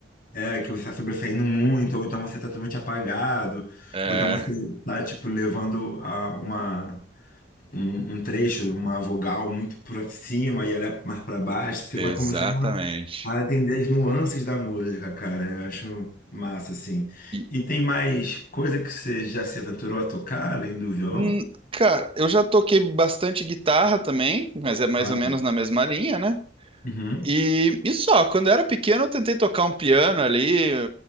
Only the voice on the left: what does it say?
É, é, que você está sobressaindo muito, ou então você está totalmente apagado,
ou então você tá, tipo, levando a uma, um, um trecho, uma vogal muito pra cima e ela é mais pra baixo, você vai
começando a a entender as nuances da música, cara. Eu acho massa, assim.
E tem mais coisa que você já se aventurou a tocar, além do violão?
Olha.
Uhum.